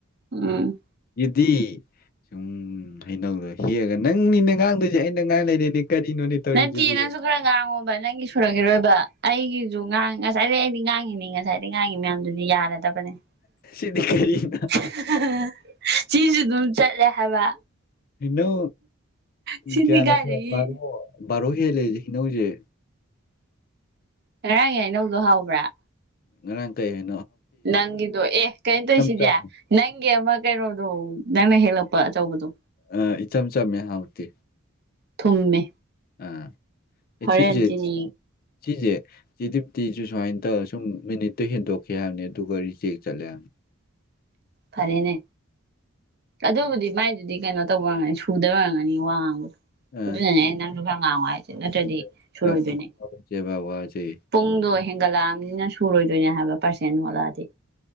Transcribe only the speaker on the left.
ꯒꯤꯗꯤ ꯁꯨꯝ ꯍꯩꯅꯧꯗꯣ ꯍꯦꯛꯑꯒ ꯅꯪꯅꯤꯅꯦ ꯉꯥꯡꯗꯣꯏꯁꯦ ꯑꯩꯅ ꯉꯥꯡ ꯂꯩꯔꯦꯅꯦ ꯀꯔꯤꯅꯣꯅꯦ ꯇꯧꯔꯤꯁꯤꯕꯨ
ꯁꯤꯗꯤ ꯀꯔꯤꯅꯣ
ꯏꯩꯅꯣ
ꯀꯌꯥ
<unintelligible> ꯕꯥꯔꯣ ꯍꯦꯜꯂꯦꯁꯦ ꯍꯅꯧꯁꯦ
ꯉꯔꯥꯡ ꯀꯩ ꯍꯩ
ꯆꯝꯃꯦ
ꯑ ꯏꯆꯝ ꯆꯝꯃꯦ ꯍꯥꯎꯇꯦ
ꯑ ꯑꯩꯁꯤꯖ
ꯁꯤꯁꯦ ꯁꯤ ꯇꯤꯁꯨ ꯁꯨꯃꯥꯏꯅ ꯇꯧꯔꯒ ꯁꯨꯝ ꯃꯤꯅꯤꯠꯇꯨ ꯍꯦꯟꯗꯣꯛꯈꯤ ꯍꯥꯏꯕꯅꯤ ꯑꯗꯨꯒ ꯔꯤꯖꯦꯛ ꯆꯠꯂꯦ ꯍꯥꯏꯕꯅꯤ <unintelligible>
ꯎꯝ
ꯑ ꯁꯤꯗ ꯁꯤꯗ
ꯐꯨꯀꯠꯅꯔꯁꯦꯕ ꯋꯥꯁꯦ